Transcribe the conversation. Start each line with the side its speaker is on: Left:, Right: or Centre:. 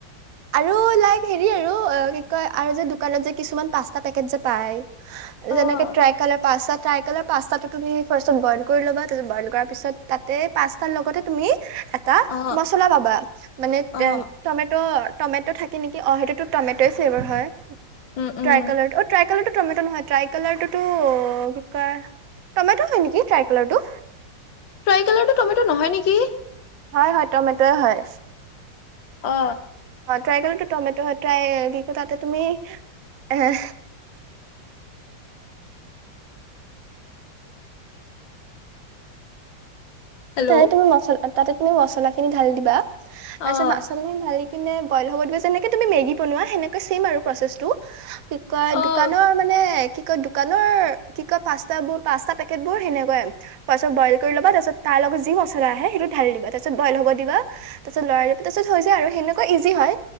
Right: আৰু লাইক হেৰি আৰু কি কয় আৰু যে দোকানত যে কিছুমান পচ্তা পেকেট যে পায়। যেনেকে
Left: অ'
Right: টাইকালাৰ পাস্তা। টাইকলৰ পাস্তাটো তুমি ফাৰ্ষ্টত বইল কৰি ল'বা বইল কৰাৰ পিছত তাতে পচ্তাৰ লগতে তুমি এটা
Left: অ'
Right: মচলা পাবা মানে
Left: অ'
Right: টমেটৰ টমেট' থাকে নেকি অ সেইটোতো টমেট'য়ে ফ্লেভাৰ হয়।
Left: উম, উম।
Right: ট্ৰাই কালাৰ অ ট্ৰাই কালাৰটো। টমেট নহয় ট্ৰাই কালাৰ টো ো কি কয় টমেট হয় নেকি ট্ৰাই কালাৰটো।
Left: ফ্ৰাই কালাৰটো টমেটো নহয় নেকি?
Right: হয় হয় টমেটয়ে হয়।
Left: অ।
Right: অ ট্ৰাই কালাৰটো টমেট ট্ৰাই কি কৰ তাতে তুমি এ।
Left: হেল্ল'
Right: তাৰে তুমি মছলা তাতে তুমি মছলা খিনি ঢালি দিবা। তাৰপিছত
Left: অ',
Right: কিনে বইল হ'বলৈ যেনেকে তুমি মেগী বনোৱা সেনেকে চছে আৰু প্ৰচেছটো কি কয়
Left: অ', অ',
Right: দোকানৰ মানে কি কয় দোকানৰ কি কয় পাস্ত বোৰ পাস্তা পেকেট বোৰ সেনেকুৱাই ফাছতত বইল কৰি ল'বা তাৰ পাছত তাৰ লগত যি মছলা আহে সেইটো ঢালি দিবা তাৰপিছত বইল হব দিবা তাৰপিছত লৰাই দিবা তাৰপিছত হয় যায় আৰু সেনেকুৱা ইজি হয়